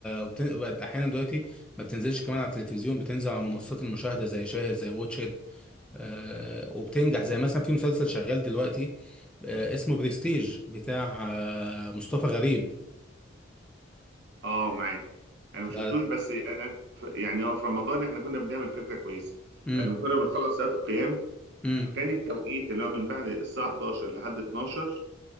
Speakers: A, in the centre; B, on the right (about 60°).
A: وبتن- بقت أحيانا دلوقتي ما بتنزلش كمان على التلفزيون بتنزل على منصات المشاهدة زي شاهد زي واتشيت آه، وبتنجح زي مثلا في مسلسل شغال دلوقتي آه، اسمه بريستيج بتاع آه، مصطفى غريب
B: اه معاك انا
A: ف-
B: ما شفتوش بس انا ف- يعني هو في رمضان احنا كنا بنعمل فكره كويسه
A: مم،
B: بعد ما كنا بنخلص صلاه القيام
A: مم،
B: فكان التوقيت اللي هو من بعد الساعه 11 لحد 12